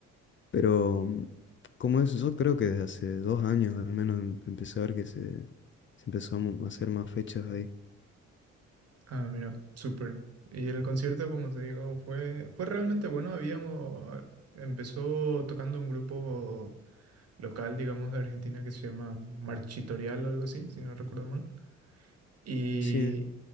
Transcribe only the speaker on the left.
pero mm, como es, yo creo que desde hace dos años al menos em- empecé a ver que se, se empezó a mo- a hacer más fechas ahí.
Sí,